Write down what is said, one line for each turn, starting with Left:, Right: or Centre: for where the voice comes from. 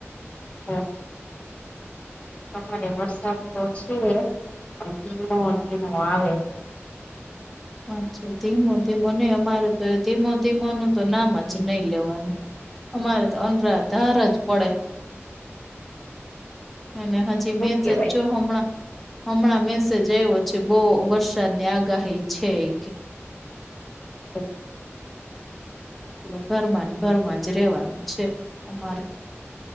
Left: હા! અમારે વરસાદ તો છે, પણ ધીમો ધીમો આવે.
Centre: અચ્છા ધીમો ધીમો, નઇ અમારે તો ધીમો ધીમો ન તો નામજ નહી લેવાનું, અમારે તો અનરા ધારજ પડે. એને હજી મેચજ
Left: કેવાય
Centre: જો હમણાં. હમણાં મેસેજ આવ્યો છે, બહુ વરસાદની આગાહી છે એ કે.
Left: <unintelligible>
Centre: એટલે ઘરમાંન ઘરમાંજ રેવાનું છે અમારે.